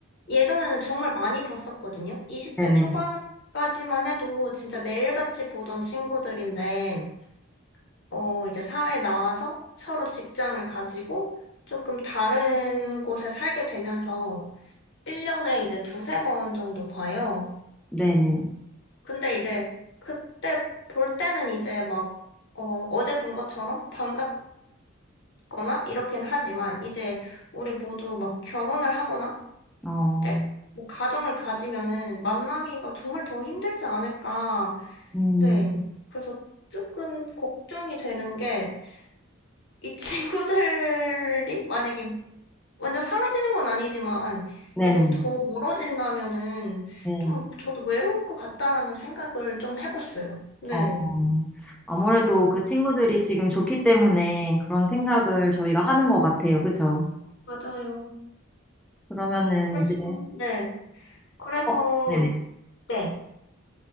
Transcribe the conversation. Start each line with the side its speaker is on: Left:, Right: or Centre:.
Left: 예전에는 정말 많이 봤었거든요. 20대
Centre: 네네,
Left: 초반까지만 해도 진짜 매일같이 보던 친구들인데, 어, 이제 사회에 나와서 서로 직장을 가지고 조금 다른 곳에 살게 되면서 1년에 이제 두세 번 정도 봐요.
Centre: 네네,
Left: 근데 이제 그때 볼 때는 이제 막, 어, 어제 본 것처럼 반갑 거나 이렇긴 하지만 이제 우리 모두 막 결혼을 하거나
Centre: 어,
Left: 에, 뭐 가정을 가지면은 만나기가 정말 더 힘들지 않을까.
Centre: 음,
Left: 네. 그래서 조금 걱정이 되는 게 이 친구들이 <laughs> 만약에 완전 사라지는 건 아니지만
Centre: 네네,
Left: 이제 더 멀어진다면은
Centre: 네.
Left: 좀 저도 외로울 것 같다라는 생각을 좀 해봤어요. 네.
Centre: 어, 아무래도 그 친구들이 지금 좋기 때문에 그런 생각을 저희가 하는 것 같아요. 그죠?
Left: 맞아요.
Centre: 그러면은
Left: 그래서
Centre: 이제,
Left: 네. 그래서
Centre: 어, 네네.
Left: 네.